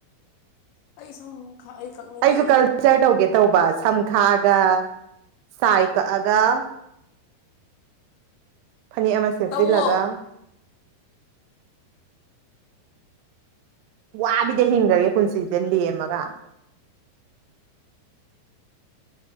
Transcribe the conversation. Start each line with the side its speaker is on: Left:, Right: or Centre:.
Left: ꯑꯩ ꯁꯝ ꯑꯩ ꯀꯛꯅꯤꯡꯉꯤꯌꯦ
Right: ꯑꯩꯖꯨ ꯀꯜꯆꯔ ꯇꯧꯒꯦ ꯇꯧꯕ ꯁꯝ ꯈꯥꯛꯑꯒ ꯁꯥꯏ ꯀꯛꯑꯒ ꯐꯅꯦꯛ ꯑꯃ ꯁꯦꯠꯆꯤꯜꯂꯒ
Left: ꯇꯧꯋꯣ
Right: ꯋꯥꯕꯤꯗ ꯍꯤꯡꯒ꯭ꯔꯒꯦ ꯄꯨꯟꯁꯤꯁꯦ ꯂꯦꯝꯃꯒ